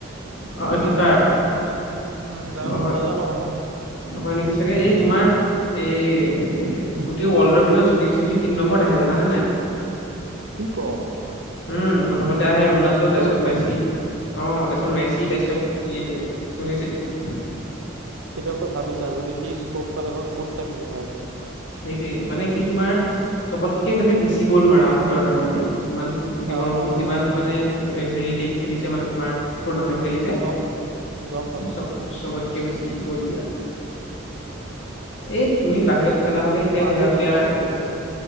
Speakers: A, on the left; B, on the right.
A: অ
B: কমেনট্ৰি
A: ফিফাৰ
B: কৰিছে বোলা উম যাওো
A: অ হয়
B: নাজানো আৰু
A: হয় নেকি চাগে এই তোমাৰ এই গোটেই ৱৰ্ল্ডৰ ভিতৰত সুনীল ছেতী তিনি নম্বৰত আহে জানে নাই।
B: কি কৰ
A: উম, প্ৰথমতে আহে ৰনাল্ডো, তাৰপিছত
B: ভিতৰত
A: মেচি। অ' তাৰপিছত মেচি, তাৰপিছত এইটো সুনীল চেত্ৰী।
B: তেতিয়াহ'লে তো ভাবিছা যদি সি স্ক'প পালে হয় ক'ত থাকিলে হয় আজি।
A: সেইটোৱে মানে কি তোমাৰ চবতকে মানে বেছি গ'ল মাৰ ভিতৰত আৰু মানে যিমান জীৱনতো
B: অঁ অঁ
A: যিমান
B: অঁ
A: মানে হেৰি দেশ খেলিছে মানে তোমাৰ টৰ্ণামেণ্ট খেলিছে
B: গম পালোঁ গম পালোঁ
A: চ'বটে। চবতকে বেছি গ'ল দিয়া এই তুমি বাহিৰত।
B: কি ক
A: খেলা হ'লে এতিয়া
B: মই আজি
A: সেয়া প্লেয়াৰ।
B: গম পাওঁ কেছটো